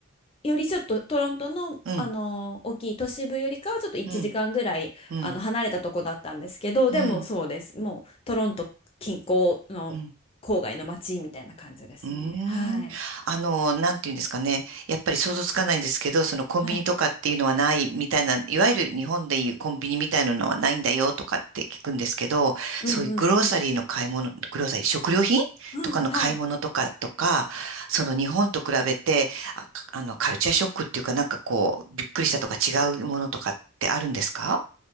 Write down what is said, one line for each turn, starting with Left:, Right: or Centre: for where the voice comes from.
Left: よりちょっとトロントの、
Right: うん
Left: あのー大きい都市部よりかはちょっと1時間ぐらい、
Right: うんうん
Left: あの、離れたとこだったんですけど、
Right: うん
Left: でもそうです。もう、トロント近郊の郊外の街みたいな感じですね。
Right: うん。うーん。
Left: はい。
Right: あの、なんていうんですかね。やっぱり想像つかないんですけど、そのコンビニとかっていうのはないみたいな、
Left: はい
Right: いわゆる日本でいうコンビニみたいなのはないんだよとかって聞くんですけど、
Left: うんうんうん。
Right: そういうグローサリーの買い物、グローサリー、食料品とかの買い物とかとか、
Left: うん、はい。
Right: その日本と比べて、あ、かあの、カルチャーショックっていうかなんかこう、びっくりしたとか違うものとかってあるんですか